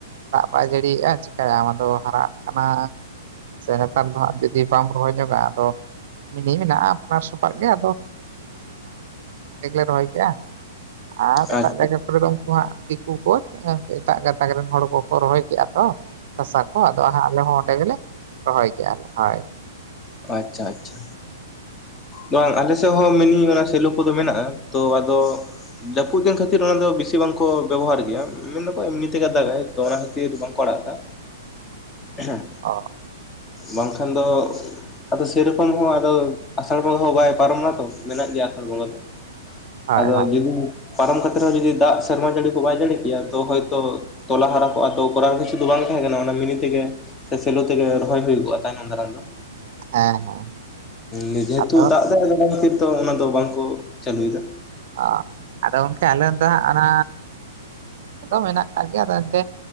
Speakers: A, on the right (about 55°); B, on the left (about 20°).
A: ᱫᱟᱜ ᱵᱟᱭ ᱡᱟᱹᱲᱤᱭᱮᱜᱼᱟ ᱪᱤᱠᱟᱭᱟᱢ ᱟᱫᱚ ᱦᱟᱨᱟᱜ ᱠᱟᱱᱟ ᱥᱮ ᱱᱮᱛᱟᱨ ᱫᱚ ᱦᱟᱜ ᱡᱩᱫᱤ ᱵᱟᱢ ᱨᱚᱦᱚᱭ ᱧᱚᱜᱟᱜᱼᱟ ᱟᱫᱚ ᱢᱤᱱᱤ ᱢᱮᱱᱟᱜᱼᱟ ᱚᱯᱟᱨ ᱫᱚᱥᱟᱨ ᱜᱮ ᱟᱫᱚ ᱢᱤᱫ ᱜᱮᱞᱮ ᱨᱚᱦᱚᱭ ᱠᱮᱜᱼᱟ ᱟᱨ ᱮᱴᱟᱜ
B: ᱟᱪᱪᱷᱟ
A: ᱡᱟᱭᱜᱟ ᱛᱟᱨᱯᱚᱨ ᱫᱚ ᱩᱱᱠᱩ ᱦᱟᱸᱜ ᱫᱤᱠᱩ ᱠᱚ ᱮᱴᱟᱜ ᱜᱟᱛᱟᱠ ᱨᱮᱱ ᱦᱚᱲ ᱠᱚᱠᱚ ᱨᱚᱦᱚᱭ ᱠᱮᱜᱼᱟ ᱛᱚ ᱥᱟᱥᱟ ᱟᱫᱚ ᱟᱞᱮ ᱦᱚᱸ ᱚᱸᱰᱮ ᱜᱮᱞᱮ ᱨᱚᱦᱚᱭ ᱠᱮᱜ-ᱟ ᱦᱳᱭ
B: ᱟᱪᱪᱷᱟ ᱟᱪᱪᱷᱟ ᱵᱟᱝ ᱟᱞᱮ ᱥᱮᱫ ᱦᱚᱸ ᱢᱤᱱᱤ ᱚᱱᱟ ᱥᱮᱞᱚ ᱠᱚᱫᱚ ᱢᱮᱱᱟᱜᱼᱟ ᱛᱚ ᱟᱫᱚ ᱡᱟᱹᱯᱩᱫ ᱫᱤᱱ ᱠᱷᱟᱹᱛᱤᱨ ᱚᱱᱟ ᱫᱚ ᱵᱤᱥᱤ ᱵᱟᱝᱠᱚ ᱵᱮᱵᱚᱦᱟᱨ ᱜᱮᱭᱟ ᱫᱚ ᱵᱟᱝ ᱮᱢᱱᱤ ᱛᱮᱜᱮ ᱫᱟᱜᱟᱭ ᱛᱚ ᱚᱱᱟ ᱠᱷᱟᱹᱛᱤᱨ ᱵᱟᱝ ᱠᱚ ᱟᱲᱟᱜ ᱠᱟᱫᱟ ᱦᱮᱸ
A: ᱚ
B: ᱵᱟᱝᱠᱷᱟᱱ ᱫᱚ ᱟᱫᱚ ᱥᱮᱨᱚᱠᱚᱢ ᱦᱚᱸ ᱟᱫᱚ ᱟᱥᱟᱲ ᱵᱚᱸᱜᱟ ᱦᱚᱸ ᱵᱟᱭ ᱯᱟᱨᱚᱢ ᱱᱟ ᱛᱚ ᱢᱮᱱᱟᱜ ᱜᱮᱭᱟ ᱟᱥᱟᱲ ᱵᱚᱸᱜᱟ ᱫᱚ
A: ᱦᱳᱭ
B: ᱟᱫᱚ
A: ᱦᱳᱭ
B: ᱡᱩᱫᱤ ᱯᱟᱨᱚᱢ ᱠᱟᱛᱮᱫ ᱨᱮᱦᱚᱸ ᱡᱩᱫᱤ ᱫᱟᱜ ᱥᱮᱨᱢᱟ ᱡᱟᱹᱲᱤ ᱠᱚ ᱵᱟᱭ ᱡᱟᱹᱲᱤ ᱠᱮᱭᱟ ᱛᱚ ᱦᱚᱭᱛᱳ ᱛᱚᱞᱟ ᱦᱟᱨᱟ ᱠᱚᱜᱼᱟ ᱛᱚ ᱠᱚᱨᱟᱨ ᱠᱤᱪᱷᱩ ᱫᱚ ᱵᱟᱝ ᱛᱟᱦᱮᱸ ᱠᱟᱱᱟ ᱚᱱᱟ ᱢᱤᱱᱤ ᱛᱮᱜᱮ ᱥᱮ ᱥᱮᱞᱚ ᱛᱮᱜᱮ ᱨᱚᱦᱚᱭ ᱦᱩᱭ ᱠᱚᱜᱼᱟ ᱛᱟᱭᱱᱚᱢ ᱫᱟᱨᱟᱢ ᱫᱚ
A: ᱦᱮᱸ ᱦᱮᱸ
B: ᱱᱤᱡᱮᱛᱩ
A: ᱟᱫᱚ
B: ᱫᱟᱜ ᱫᱟᱭ <unintelligible> ᱠᱷᱟᱛᱤᱨ ᱫᱚ ᱚᱱᱟ ᱫᱚ ᱵᱟᱝᱠᱚ ᱪᱟᱹᱞᱩᱭᱮᱫᱟ
A: ᱚ ᱟᱫᱚ ᱜᱚᱢᱠᱮ ᱟᱞᱮ ᱫᱚ ᱦᱟᱸᱜ ᱚᱱᱟ ᱫᱚ ᱢᱮᱱᱟᱜ ᱠᱟᱜ ᱜᱮᱭᱟ ᱟᱫᱚ ᱮᱱᱛᱮᱫ